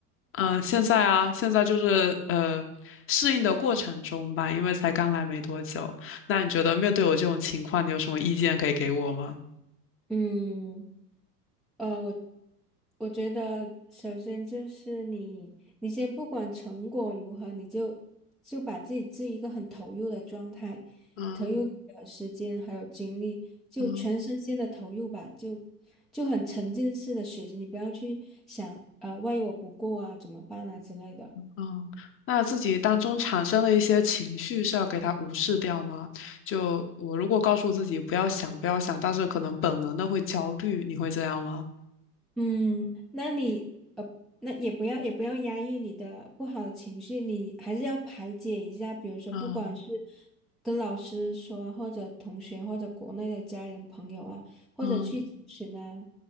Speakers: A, on the left; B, in the centre.
A: 嗯，现在啊，现在就是呃，适应的过程中吧，因为才刚来没多久。那你觉得面对我这种情况，你有什么意见可以给我吗？
B: <laughs> 嗯。呃，我我觉得，首先就是你，你先不管成果如何，你就就把自己置于一个很投入的状态，
A: 嗯
B: 投入你的时间还有精力，就全身心的投入吧，
A: 嗯
B: 就就很沉浸式的学习，你不要去想，呃，万一我不过啊，怎么办啊之类的。
A: 嗯，那自己当中产生的一些情绪是要给它无视掉吗？就我如果告诉自己不要想，不要想，但是可能本能的会焦虑，你会这样吗？
B: 嗯，那你呃，那也不要也不要压抑你的不好的情绪，你还是要排解一下。比如说，
A: 嗯
B: 不管是跟老师说啊或者同学，或者国内的家人朋友啊，或者去咨询啊，
A: 嗯